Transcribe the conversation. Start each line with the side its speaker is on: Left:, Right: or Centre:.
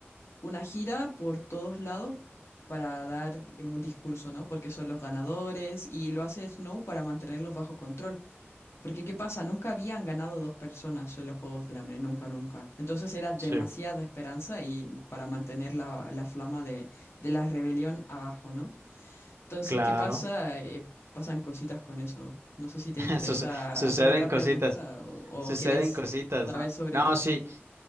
Left: Una gira por todos lados para dar eh, un discurso, ¿no? Porque son los ganadores y lo hace Snow para mantenerlos bajo control. Porque ¿qué pasa? Nunca habían ganado dos personas en los Juegos del Hambre, nunca, nunca. Entonces era demasiada
Right: Sí.
Left: esperanza y para mantener la, la flama de, de la rebelión abajo, ¿no? Entonces,
Right: Claro.
Left: ¿qué pasa? Eh, pasan cositas con eso. No sé si te
Right: <laughs>
Left: interesa
Right: Suce- Suceden
Left: hacer otra
Right: cositas,
Left: pregunta o,
Right: suceden
Left: o querés
Right: cositas,
Left: saber
Right: ¿no?
Left: sobre
Right: No,
Left: otras
Right: sí,
Left: pelis.